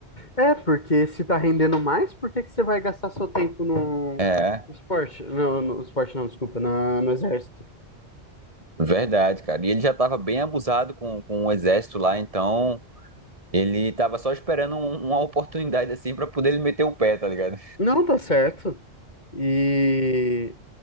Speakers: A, on the left (about 40°); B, on the right (about 30°).
A: É, porque se tá rendendo mais, por que que você vai gastar seu tempo no
B: É.
A: no esporte? Não, no esporte não, desculpa, na, no exército.
B: Verdade, cara. E ele já estava bem abusado com, com o exército lá, então ele estava só esperando um- uma oportunidade assim para poder ele meter o pé, tá ligado?
A: Não, tá certo. E,